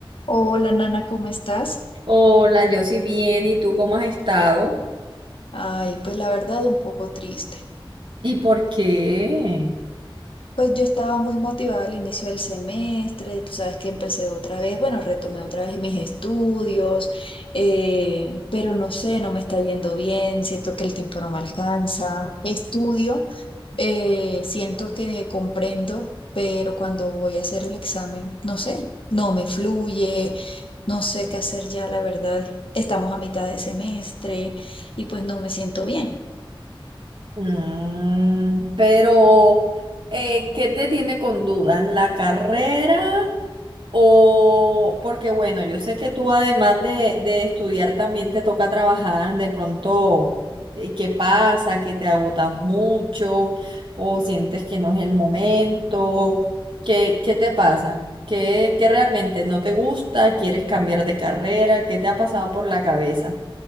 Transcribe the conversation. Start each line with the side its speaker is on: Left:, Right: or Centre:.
Left: Hola, Nana, ¿cómo estás?
Right: Hola, yo sí bien, ¿y tú cómo has estado?
Left: Ay, pues la verdad un poco triste.
Right: ¿Y por qué?
Left: Pues yo estaba muy motivada al inicio del semestre, tú sabes que empecé otra vez, bueno, retomé otra vez mis estudios, eh, pero no sé, no me está yendo bien, siento que el tiempo no me alcanza. Estudio, eh, siento que comprendo, pero cuando voy a hacer el examen, no sé, no me fluye, no sé qué hacer ya, la verdad. Estamos a mitad de semestre y pues no me siento bien.
Right: Mm, pero, eh, ¿qué te tiene con dudas? ¿La carrera? O porque bueno, yo sé que tú además de, de estudiar también te toca trabajar, de pronto, eh, ¿qué pasa? ¿Que te agotas mucho? ¿O sientes que no es el momento? ¿Qué, qué te pasa? ¿Qué, qué realmente no te gusta? ¿Quieres cambiar de carrera? ¿Qué te ha pasado por la cabeza?